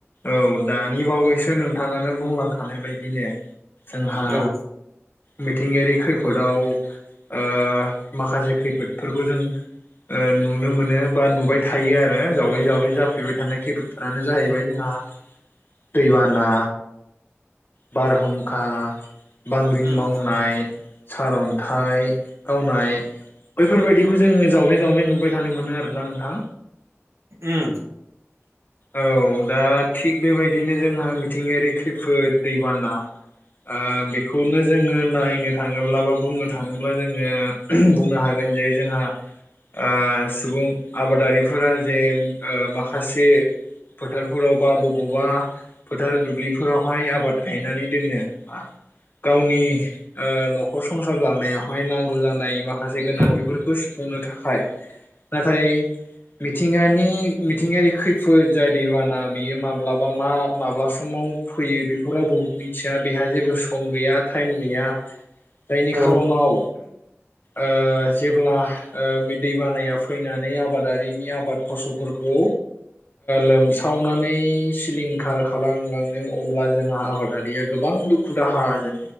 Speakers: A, on the left (about 45°); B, on the right (about 70°).
A: औ दानि बावैसो नोंथाङानो बुंलांखानाय बायदिनो जोंहा
B: औ
A: मिथिंगायारि खैफोदाव ओ माखासे खैफोदफोरखौ जों ओ नुनो मोनो बा नुबाय थायो आरो जावले जावले जाफेबाय थानाय खैफोदफोरानो जाहैबाय जोंहा दैबाना बारहुंखा बांग्रिं
B: उम
A: मावनाय सार अन्थाइ गावनाय बैफोरबायदिखौ जोङो जावले जावल्ले नुबाय थानो मोनो आरोना नोंथां।
B: उम
A: औ दा थिग बेबायदिनो जोंहा मिथिंगायारि खैफोद बेखौनो जोङो नायनो थाङोब्ला बा बुंनो थाङोब्ला जोङो बुंनो हागोन जे जोंहा ओ सुबुं आबादारिफोरा जे ओ माखासे फोथारफोराव बा बबावबा फोथार दुब्लिफोरावहाय आबाद गायनानै दोनो गावनि ओ न'खर संसार जानायावहाय नांगौ जानाय बा माखासे गोनांथि
B: औ
A: फोरखौ बुंनो थाखाय नाथाय मिथिंगानि मिथिंगायारि खैफोद जाय दैबाना बियो माब्लाबा मा माब्ला समाव फैयो बे मिथिया बेहा जेबो सम गैया खा थाइम गैया जायनि
B: औ
A: खार'नाव ओ जेब्ला ओ बे दै बानाया फैनानै आबादारिनि आबाद फसलफोरखौ लोमसावनानै सिलिंखार खालामलाङो अब्ला जोंहा आबादारिया गोबां दुखु दाहाजों